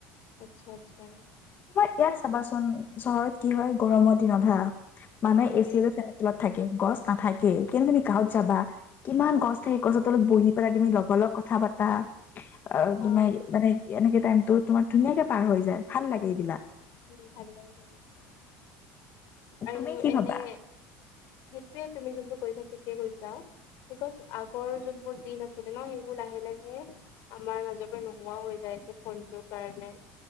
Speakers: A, on the left; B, on the left.
A: আচ্ছা-আচ্ছা।
B: এই ইয়াত চাবাচোন চহৰত কি হয় গৰমৰ দিনত হা, মানুহে
A: উম
B: এ চি লৈছে তলত থাকে, গছ নাথাকেই, কিন্তু তুমি গাঁৱত যাবা কিমান গছ থাকে, গছৰ তলত বহি পেলাই তুমি লগৰ লগত কথা পাতা। আৰু তুমি
A: অ
B: মানে এনেকে টাইমতো তোমাৰ ধুনীয়াকে পাৰ হৈ যায়, ভাল লাগে এইবিলাক।
A: উম, ভাল লাগে তেনেকোৱা, আৰু
B: তুমি কি
A: এনে
B: ভাবা
A: সেইটোৱে তুমি যোনটো কৈছা ঠিকে কৈছা। বিকজ আগৰ যোনবোৰ দিন আছিলে ন, সেইবোৰ লাহে- লাহে আমাৰ মাজৰ পৰা নোহোৱা হৈ যায় আছে ফোনটোৰ কাৰণে।